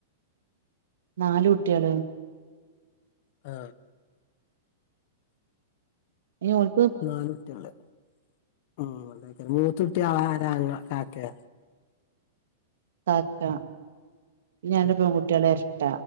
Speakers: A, on the right; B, on the left.
A: നാല് കുട്ട്യാള്
B: ആ
A: <unintelligible>
B: നാല് കുട്ടിയാൾഉം മൂത്തു ട്ടിആര അങ്ങള കാക്കേ
A: താത്ത ഞാൻ പൺകുട്ടികള എ ത്ത